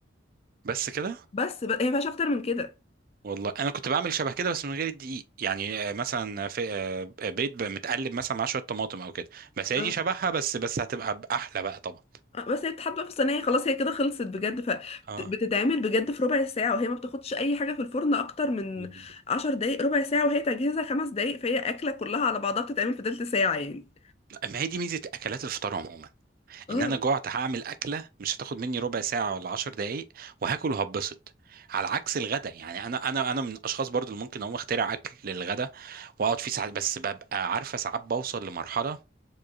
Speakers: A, on the right; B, on the left.
A: بس كده
B: بس ب... هي ما فيهاش اكتر من كده
A: والله انا كنت بعمل شبه كده بس من غير الدقيق يعني آه، مثلا في آه، بيض بقى متقلب مثلا مع شوية طماطم او كده بس هي
B: اه
A: دي شبهها بس بس هتبقى احلى بقى طبعا
B: آه، بس هي بتتحط بقى في الصينيه خلاص هي كده خلصت بجد فبتتعمل
A: اه
B: بجد في ربع ساعه وهي ما بتاخدش اي حاجه في الفرن اكتر من
A: مم.
B: عشر دقايق ربع ساعه وهي تجهيزها خمس دقايق فهي اكله كلها على بعضها بتتعمل في تلت ساعه يعني
A: ما هي دي ميزة اكلات الفطار عموما
B: اه
A: ان انا جعت هعمل اكله مش هتاخد مني ربع ساعه ولا عشر دقائق وهاكل وهبسط على عكس الغدا يعني انا انا انا من الاشخاص برضو اللي ممكن اقوم اخترع اكل للغدا واقعد فيه ساعات بس ببقى عارفه ساعات بوصل لمرحله